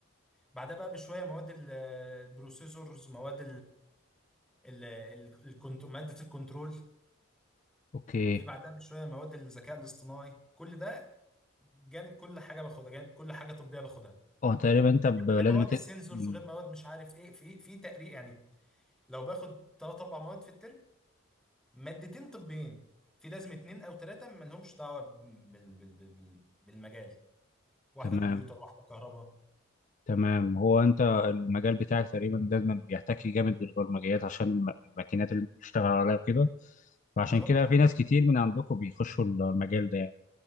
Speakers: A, in the centre; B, on the left.
A: بعدها بقى بشويه مواد ال- البروسيسورز مواد ال ال الكنت مادة الكنترول
B: أوكي
A: في بعدها بشوية مواد الذكاء الاصطناعي كل ده جانب كل حاجة باخدها جانب كل حاجة طبية باخدها
B: أه تقريبا أنت ب- لازم
A: غير مواد
B: تت...
A: السنسورز
B: أمم،
A: غير مواد مش عارف ايه في في تقريب يعني لو باخد ثلاث اربع مواد في الترم مادتين طبيين في لازم اتنين او ثلاثة مالهمش دعوة بال بال بال بال بالمجال واحدة
B: تمام
A: كمبيوتر واحدة كهرباء
B: تمام هو انت المجال بتاعك تقريبا لازم بيحتكي جامد بالبرمجيات عشان الم- الماكينات اللي انت بتشتغل عليها وكده فعشان
A: بالظبط
B: كده في ناس كتير من عندكم بيخشوا المجال ده يعني